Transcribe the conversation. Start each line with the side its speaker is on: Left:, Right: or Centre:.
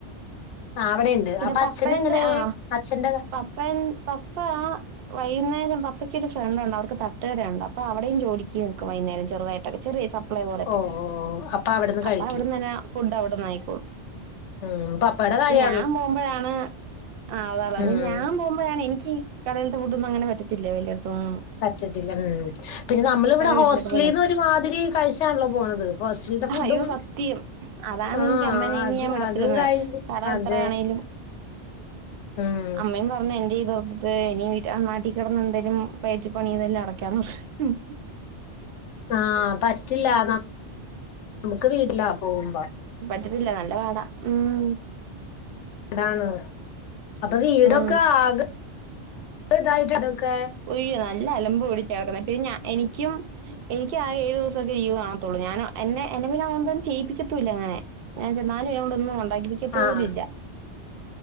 Left: ആ അവിടെണ്ട്
Right: പിന്നെ
Left: അപ്പൊ
Right: പപ്പയെന്തെ,
Left: അച്ഛന് എങ്ങനെ
Right: ആഹ്
Left: അച്ഛന്റെ
Right: പപ്പൻ പപ്പ ആഹ് വൈകുന്നേരം പപ്പയ്ക്കൊര് ഫ്രണ്ടുണ്ട്. അവർക്ക് തട്ടുകട ഉണ്ട്. അപ്പൊ അവിടെയും ജോലിക്ക് നിക്കും വൈന്നേരം, ചെറുതായിട്ടൊക്കെ ചെറിയ ചപ് പോലൊക്കെ.
Left: ഓ അപ്പൊ അവിടുന്ന് കഴിക്കും
Right: അപ്പൊ അവിട്ന്നന്ന ഫുഡ്ഡവിടന്നായിക്കോളും. അവിടന്നായിക്കോളും
Left: ഉം പപ്പേടെ കാര്യ
Right: ഞാൻ പോവ്മ്പഴാണ്, ആഹ് <unintelligible>
Left: ഉം
Right: ഞാൻ പോവു മ്പഴാണ് എനിക്ക് കടേൽത്തെ ഫുഡ്ഡൊന്നും അങ്ങനെ പറ്റത്തില്ല, വലിയോട്ത്ത്ന്നൊന്നും.
Left: പറ്റത്തില്ല ഉം. പിന്നെ നമ്മളിവിടെ ഹോസ്റ്റലീന്ന്
Right: വീട്ടിലൊക്കെ
Left: ഒരു മാതിരി കഴിച്ചാണല്ലോ പോണത്. ഹോസ്റ്റലിത്തെ ഫുഡും
Right: ഹയ്യോ സത്യം. അതാണ്
Left: ആഹ്
Right: എങ്കി അമ്മനെ ഇനി
Left: അത്
Right: ഞാൻ വിടത്തി
Left: അതും
Right: ല്ലെന്ന്.
Left: കഴിഞ്ഞ്
Right: കടം
Left: അതെ
Right: എത്രയാണേ <unintelligible>
Left: ഉം
Right: അമ്മയും പറഞ്ഞ് എന്റെ ഈ <unintelligible> ഇനി വീട്ടി ആ നാട്ടി കെടന്ന് എന്തേലും പയറ്റി പണി ചെയ്തെല്ലാം അടക്കാന്നു പറഞ്ഞു.
Left: ആഹ് പറ്റില്ല, ന <unintelligible> മുക്ക് വീട്ടിലാ പോകുമ്പം
Right: പറ്റത്തില്ല നല്ല പാടാ ഉം.
Left: ടാണ്. അപ്പൊ വീടൊക്കെ
Right: ഉം
Left: ആകെ <unintelligible> ഇതായിട്ട്ണ്ടൊക്കെ
Right: ഉയ്യോ നല്ല അലമ്പ് പിടിച്ചാ കെടക്കുന്നെ പിന്നെ ഞാ, എനിക്കും എനിക്ക് ആകെ ഏഴ് ദിവസ <unintelligible> ലീവാവത്തൊള്ളു. ഞാന് എന്നെ എന്നെ പിന്നതോണ്ടൊന്നും ചെയ്യിപ്പിക്കത്തൂല്ലങ്ങനെ. ഞാൻ ചെന്നാലും എന്നെ കൊണ്ടൊന്നു ഉണ്ടാക്കിപ്പിക്കത്തോലുമില്ല.
Left: ആഹ്